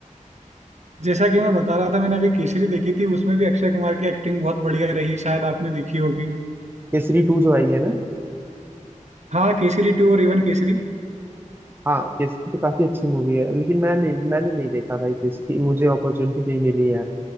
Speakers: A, on the right; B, on the right.
A: जैसा कि मैं बता रहा था मैंने अभी केसरी देखी थी उसमें भी अक्षय कुमार की एक्टिंग बहुत बढ़िया रही शायद आपने देखी होगी
B: केसरी टू जो आई है ना
A: हाँ केसरी टू और इवन केसरी
B: हाँ केसरी तो काफी अच्छी मूवी है लेकिन मैं नहीं मैंने नहीं देखा भाई केसरी मुझे अपॉर्चुनिटी नहीं मिली यार